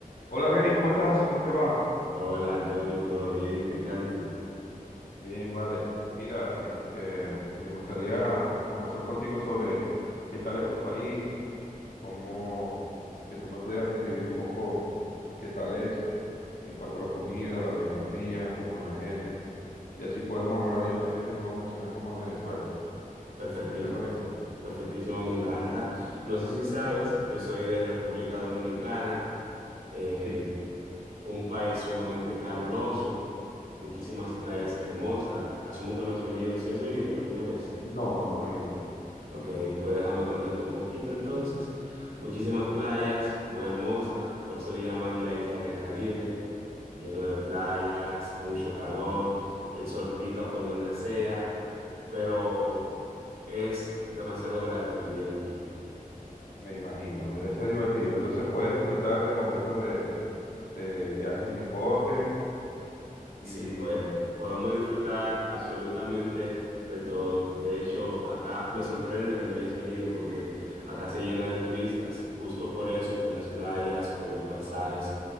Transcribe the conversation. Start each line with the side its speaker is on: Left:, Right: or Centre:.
Left: Hola, Argenis, ¿cómo estás? ¿Cómo te va?
Right: Hola Antonio, ¿todo bien? ¿Qué tal tú?
Left: Bien, vale. Mira, este, me gustaría conversar contigo sobre qué tal es tu país, cómo, si que tú me pudieras describir un poco qué tal es en cuanto a la comida, la geografía, cómo es la gente. Y así podemos hablar. Yo también te puedo mencionar cómo es Venezuela.
Right: Perfectísimo,
Left: ¿Qué te parece?
Right: perfectísimo, me encanta. No sé si sabes, yo soy de República Dominicana, eh,
Left: Sí.
Right: un país sumamente caluroso, muchísimas playas hermosas. Asumo que no has venido, si has venido alguna vez.
Left: No, no he ido.
Right: Ok, pues déjame contarte un poquito entonces. Muchísimas playas, muy hermosas, por eso le llaman la isla del Caribe. lleno de playas, mucho calor, el sol pica por donde sea, pero es demasiado grato vivir aquí.
Left: Me imagino. Debe ser divertido. Entonces puedes disfrutar de momentos de, de viajes en bote
Right: Sí,
Left: y
Right: pues podemos disfrutar absolutamente de todo. De hecho, acá me sorprende que no hayas venido porque acá se llena de turistas, justo por eso, por las playas, por los paisajes,